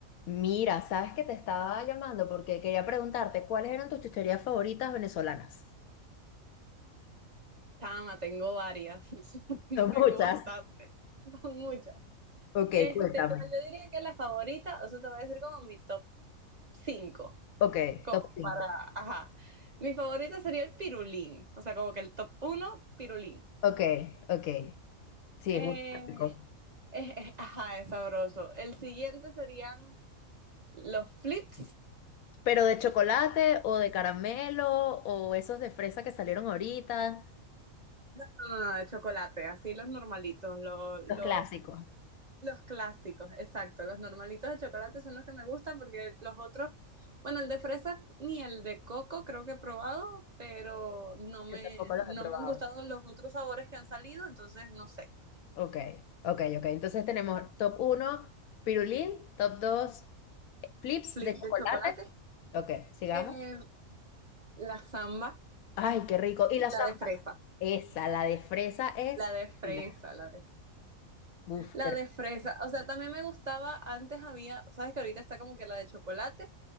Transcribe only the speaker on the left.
Mira, sabes que te estaba llamando porque quería preguntarte cuáles eran tus chucherías favoritas venezolanas.
<laughs> Son
muchas.
Ok,
cuéntame.
Ok,
top 5.
Ok, ok. Sí,
es un clásico.
Pero de chocolate o de caramelo o esos de fresa que salieron ahorita,
los clásicos.
Yo tampoco
los he probado.
Ok, ok, ok. Entonces tenemos top uno pirulín, top 2 flips
de chocolate.
Ok, sigamos.
Ay, qué rico. Y la
zamba,
esa, la de fresa es.
divina.
Uf,
qué rico.